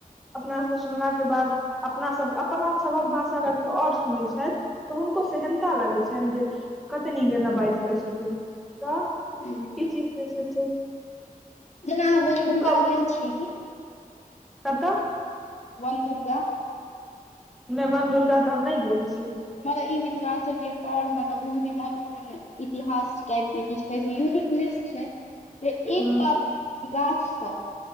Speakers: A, in the centre; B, on the left.
A: अपना सभके सुनलाके बाद अपनासभ अपनासभक भाषा अगर क्यो आओर सुनै छैथ। तऽ हुनको सेहन्ता लगै छैन जे कते नीक एना बाजि लै छथिन। तऽ
B: छै।
A: ई चीज जे छै से
B: जेना अहाँ बन दुर्गा
A: हुनकर
B: गेल छियै की
A: कतऽ
B: वन दुर्गा
A: नय वन दुर्गा तऽ हम नय गेल छी।
B: मतलब ई मिथिलाञ्चलके एकटा आओर मतलब बहुत ही महत्वपूर्ण पूर्ण इतिहास टाइप के किछ कहै छै यूनिक नेस छै। एकटा
A: हूँ
B: गाछसँ